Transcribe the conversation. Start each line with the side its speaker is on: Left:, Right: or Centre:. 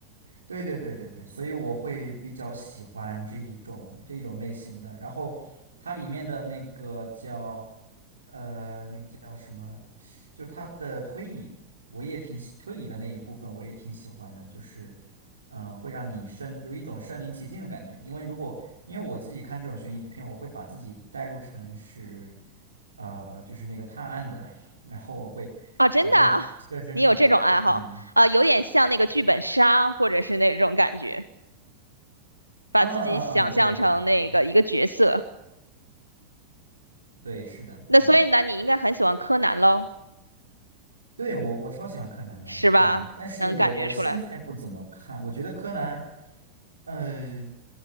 Right: 对对对对对，所以我会比较喜欢这一种这一种类型的。然后它里面的那个叫呃那个叫什么，就它的推理，我也挺喜推理的那一部分，我也挺喜欢的，就是嗯、呃会让你身有一种身临其境的感觉。因为如果因为我自己看这种悬疑片，我会把自己带入成是呃就是那个探案的，<laughs> 然后我会我会设身处地的，
Left: 啊，真的啊你有这种爱好啊，
Right: 嗯。
Left: 有点像那个剧本杀或者是那种感觉，
Right: 对吧
Left: 把自己想象成那个一个角色，
Right: 嗯嗯嗯，对对对对对，是的，
Left: 那所以呢，
Right: 嗯，
Left: 你应该很喜欢柯南喽，
Right: 对我我超喜欢柯南的，
Left: 是吧？
Right: 嗯，但是我我现在不怎么看，
Left: 能感觉出来。
Right: 我觉得柯南，呃，